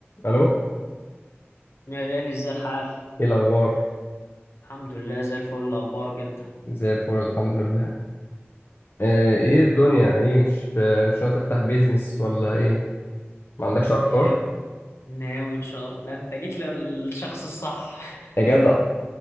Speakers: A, on the left (about 55°); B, on the left (about 75°).
A: الو
B: يا غالي ازاي الحال
A: ايه الاخبار
B: الحمد لله زي الفل اخبارك انت
A: زي الفل الحمد لله آه ايه الدنيا ايه مش آه مش ناوي تفتح بيزنس ولا ايه ما عندكش
B: ناوي
A: افكار
B: ناوي ان شاء الله ده انت جيت للشخص الصح <laughs>
A: يا جدع